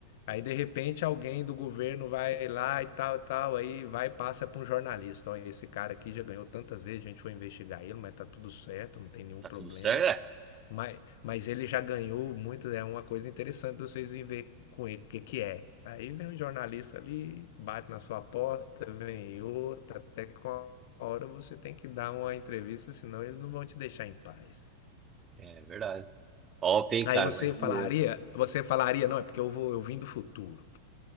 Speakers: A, on the left (about 50°); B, on the right (about 25°).
A: Aí de repente alguém do governo vai lá e tal, tal, aí vai e passa para um jornalista. Olha, esse cara aqui já ganhou tantas vezes, a gente foi investigar ele, mas tá tudo certo, não tem nenhum
B: Tá
A: problema.
B: tudo certo, né?
A: Mas, mas ele já ganhou muito, é uma coisa interessante de vocês irem ver com ele o que que é. Aí vem um jornalista ali, bate na sua porta, vem outra, até que uma hora você tem que dar uma entrevista, senão eles não vão te deixar em paz.
B: É verdade. Top, hein,
A: Aí
B: cara?
A: você
B: Imagina.
A: falaria, você falaria, não, é porque eu vou, eu vim do futuro.